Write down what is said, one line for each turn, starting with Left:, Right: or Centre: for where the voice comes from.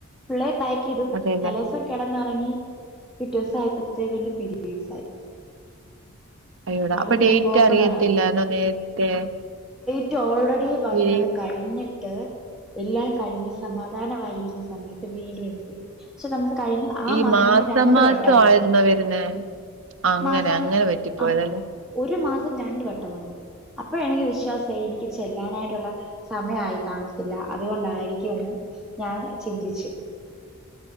Centre: പിള്ളെ പാക്ക് ചെയ്തു
Right: അതെല്ലേ
Centre: തലേ ദിവസം കിടന്ന് <unintelligible> പിറ്റേ ദിവസം അയ്പത്തേക്ക് എനിക്ക് പിരീഡ്സ്‌ ആയി.
Right: അയ്യോടാ
Centre: അപ്പൊ
Right: അപ്പ
Centre: പിന്നെ
Right: ഡേയ്റ്റ്
Centre: പോക്ക്
Right: അറിയത്തില്ലായിരുന്നോ
Centre: നടന്നു
Right: നേരത്തെ?
Centre: റ്റ് ഒൾറെ ഡി വന്ന്
Right: ഈ
Centre: അത് കഴ്ഞ്ഞി ട്ട് എല്ലാം കഴിഞ്ഞു സമാധാനം ആയി ഇരുന്ന സമയത്ത് വീണ്ടും എനിക്ക് ക്ഷേ നമ്മക്ക് കഴിഞ്ഞു ആ
Right: ഈ
Centre: മാസം തന്നെ രണ്ട്
Right: മാസം
Centre: വട്ടം വന്ന്
Right: ആയിരുന്നോ വരുന്നേ അങ്ങനെ
Centre: മാസം
Right: അങ്ങനെ പറ്റിപ്പോയതല്ലേ
Centre: ആഹ് ഒരു മാസം രണ്ട് വട്ടം വന്നു. അപ്പോഴ എനിക്ക് വിശ്വാസം ആയി എനിക്ക് ചെല്ലാൻ ആയിട്ടുള്ള സമയം ആയി. കാണത്തില്ല അതുകൊണ്ടായിരിക്കുന്ന് ഞാൻ ചിന്തിച്ച്.